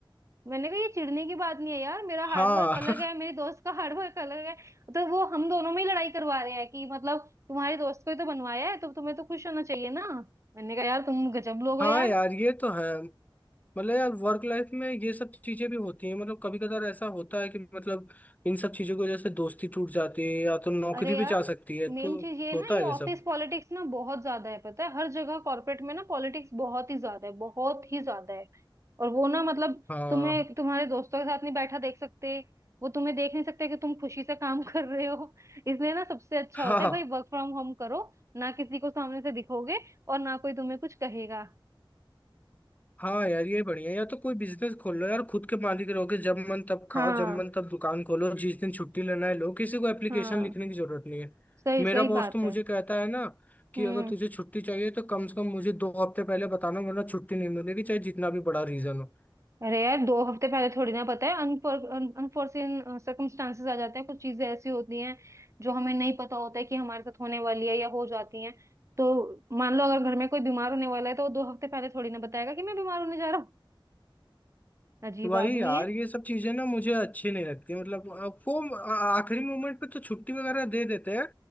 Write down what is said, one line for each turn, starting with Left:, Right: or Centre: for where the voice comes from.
Right: मैंने कहा ये चिढ़ने की बात नहीं है यार मेरा हार्डवर्क
Left: हाँ
Right: अलग
Left: <laughs>
Right: है मेरे दोस्त का हार्डवर्क अलग है तो वो हम दोनों में ही लड़ाई करवा रहे हैं कि मतलब तुम्हारे दोस्त को ही तो बनवाया है तो तुम्हें तो खुश होना चाहिए ना मैंने कहा यार तुम गजब लोग हो
Left: हाँ
Right: यार
Left: यार ये तो है मतलब यार वर्क लाइफ में ये सब चीजें भी होती हैं मतलब कभी कदार ऐसा होता है कि मतलब इन सब चीजों की वजह से दोस्ती टूट जाती है या तो नौकरी
Right: अरे
Left: भी
Right: यार
Left: जा सकती है
Right: मेन
Left: तो
Right: चीज ये है
Left: होता
Right: ना ये
Left: है
Right: ऑफिस
Left: ये सब
Right: पॉलिटिक्स ना बहुत ज्यादा है पता है हर जगह कॉर्पोरेट में ना पॉलिटिक्स बहुत ही ज्यादा है बहुत ही ज्यादा है और वो ना मतलब
Left: हाँ
Right: तुम्हें तुम्हारे दोस्तों के साथ नहीं बैठा देख सकते वो तुम्हें देख नहीं सकते कि तुम खुशी से काम <laughs> कर रहे हो इसलिए ना सबसे अच्छा
Left: हाँ
Right: होता है भाई वर्क फ्रॉम होम करो ना किसी को सामने से दिखोगे और ना कोई तुम्हें कुछ कहेगा
Left: हाँ यार ये बढ़िया है। या तो कोई बिजनेस खोल लो यार खुद के मालिक रहोगे जब मन तब खाओ
Right: हाँ
Left: जब मन तब दुकान खोलो जिस दिन छुट्टी लेना है लो किसी को एप्लीकेशन
Right: हाँ
Left: लिखने की जरूरत नहीं है
Right: सही
Left: मेरा
Right: सही
Left: बॉस
Right: बात
Left: तो मुझे
Right: है
Left: कहता है ना कि
Right: हम्म
Left: अगर तुझे छुट्टी चाहिए तो कम से कम मुझे दो हफ्ते पहले बताना वरना छुट्टी नहीं मिलेगी चाहे जितना भी बड़ा रीजन हो
Right: अरे यार दो हफ्ते पहले थोड़ी ना पता है अनफॉर्चुन सर्कमस्टांसेस आ जाते हैं कुछ चीजें ऐसी होती हैं जो हमें नहीं पता होता है कि हमारे साथ होने वाली है या हो जाती हैं तो मान लो अगर घर में कोई बीमार होने वाला है तो वो दो हफ्ते पहले थोड़ी ना बताएगा कि मैं बीमार होने जा रहा हूँ अजीब
Left: वही
Right: आदमी
Left: यार
Right: है
Left: ये सब चीजें ना मुझे अच्छी नहीं लगती मतलब अ, वो आ- आखिरी मोमेंट पे तो छुट्टी वगैरह दे देते हैं